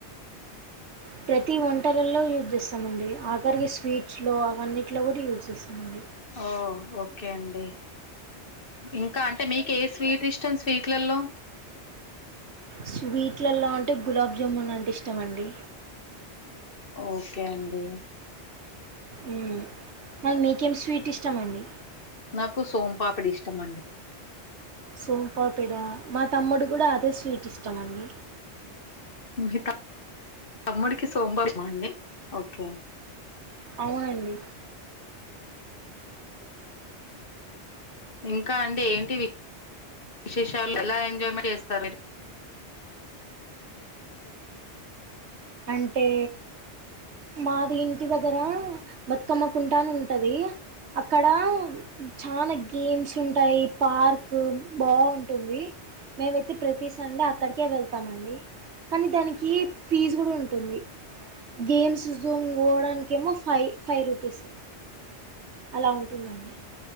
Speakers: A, on the right (about 70°); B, on the left (about 50°).
A: ప్రతి వంటలలో యూజ్ చేస్తామండి ఆఖరికి స్వీట్స్ లో అవన్నీ ఫ్లోవర్ యూజ్ చేస్తుంది
B: ఓ ఓకే అండి ఇంకా అంటే మీకు ఏ స్వీట్ ఇష్టం స్వీట్లలో
A: స్వీట్లలో అంటే గులాబ్ జాముూన్ అంటే ఇష్టమ అండి
B: ఓకే అండి
A: మ్మ్. మళ్ళీ మీకేం స్వీట్ ఇష్టమ అండి
B: నాకు సోమ్పాపడి ఇష్టం అండి
A: సోంపాపిడ మా తమ్ముడు కూడా అదే స్వీట్ ఇష్టం అండి
B: మీ తమ్ముడికి సోమవారం అండి ఓకే
A: అవునండి
B: ఇంకా అంటే ఏంటి విశేషాలు ఎలా ఎంజాయ్మెంట్ చేస్తారు
A: అంటే మాది ఇంటి దగ్గర బతుకమ్మకుంటాను ఉంటది అక్కడ చానాా గేమ్స్ ఉంటాయి పార్క్ బాంటుంది మేమైతే ప్రతి సండ అక్కడికే వెళ్తామ అండి కానీ దానికి ఫీజ కూడా ఉంటుంది గేమ్స్ జోన్ పోవడానికి ఏమో ఫైవ్ ఫైవ్ రూపీస్ అలా ఉంటుందండి